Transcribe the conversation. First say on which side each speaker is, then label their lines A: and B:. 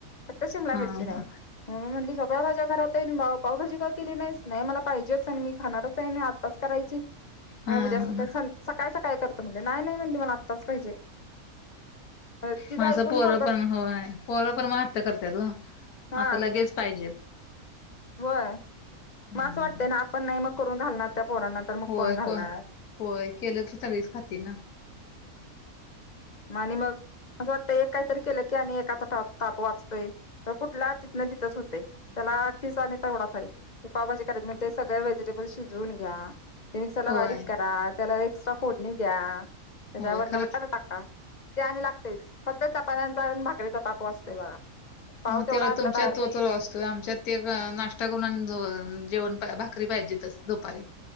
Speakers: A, on the left; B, on the left.
A: फक्त शिमला
B: हा
A: मिरची नाही.
B: हा
A: मम्मी म्हटली सगळ्या भाज्या घरात आहे आणि पावभाजी का केली नाहीस, नाही मला पाहिजेच आणि मी खाणारच आहे. आणि आता ताच करायची.
B: हा
A: नाही उद्या
B: हा
A: सकाळी,
B: हा
A: सकाळी सकाळी करतो म्हंटलं, नाही नाही म्हटली मला आत्ताच पाहिजे. तिचं
B: मग
A: ऐकून
B: असं पोरं
A: पोरग
B: पण होय, पोरं पण मग हट्ट करत्यात ओ.
A: हा
B: आता लगेच पाहिजे.
A: होय,
B: हम्म
A: मग असं वाटतंय ना आपण नाही मग करून घालणार त्या पोरांना तर मग
B: होय
A: घालणार
B: कोण, होय केलं तर सगळीच खातील ना.
A: मं आणि मग, असं वाटतंय एक काहीतरी केलं की आणि एकाचा ताप ताप वाचतोय. तर कुठला तिथनं तिथंच होतयं, त्याला खिस आणि तेवढाच हाय. ते पावभाजी करायचं, मग ते सगळे व्हेजिटेबल शिजवून घ्या. ते मिक्सरला
B: होय
A: बारीक करा, त्याला एक्स्ट्रा फोडणी द्या, त्याच्या
B: होय
A: वरनं
B: खरंच
A: बटाटा बी टाका. ते आणि लागतंयच, फक्त चपात्यांचा भाकरीचा ताप वाचतोय बघा. पाव
B: मग
A: तेवढा
B: तेव्हा
A: आणला
B: तुमच्या
A: बाहेरन
B: त्यो तर वाचतोय आमच्यात ते नाश्ता करून जेवण भाकरी पाहिजेतच दुपारी.